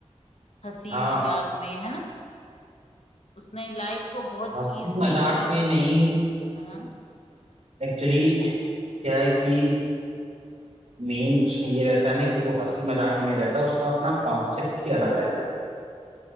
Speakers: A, on the left; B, on the right.
A: हंसी
B: हाँ
A: मजाक में है ना उसने लाइफ को बहुत
B: हंसी
A: इजीली
B: मजाक
A: तरीके
B: में नहीं
A: से हाँ
B: एक्चुअली क्या है कि मेन उसमें ये रहता है ना कि वो हंसी मजाक में नहीं रहता उसका अपना कॉन्सेप्ट ही अलग रहता है